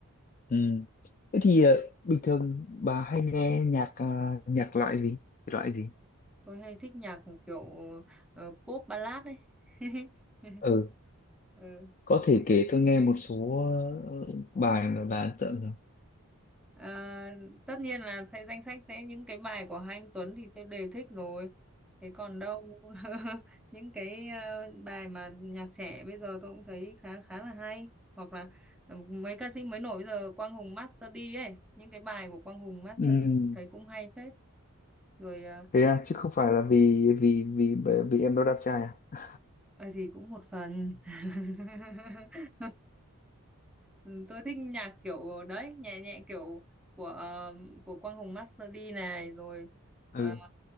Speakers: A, on the left; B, in the centre.
A: ừ. thế thì ờ, bình thường bà hay nghe nhạc ờ, nhạc loại gì Thể loại gì
B: tôi hay thích nhạc kiểu ờ, pop ballad ấy <laughs>
A: ừ
B: ừ.
A: có thể kể tôi nghe một số ờ, bài mà bà ấn tượng được
B: Ờ, tất nhiên là sẽ danh sách sẽ những cái bài của hai anh Tuấn thì tôi đều thích rồi. Thế còn đâu <laughs> những cái ờ, bài mà nhạc trẻ bây giờ tôi cũng thấy khá khá là hay hoặc là ờ, mấy ca sĩ mới nổi bây giờ Quang Hùng Master D ấy, những cái bài của Quang Hùng Master
A: ừ.
B: D tôi thấy cũng hay phết. Rồi ờ,
A: Thế à, chứ không phải là vì vì vì bởi vì em đó đẹp trai à?
B: Ờ thì cũng một phần <laughs> tôi thích nhạc kiểu đấy nhẹ nhẹ kiểu của ờ, của Quang Hùng Master D này rồi ờ,
A: ừ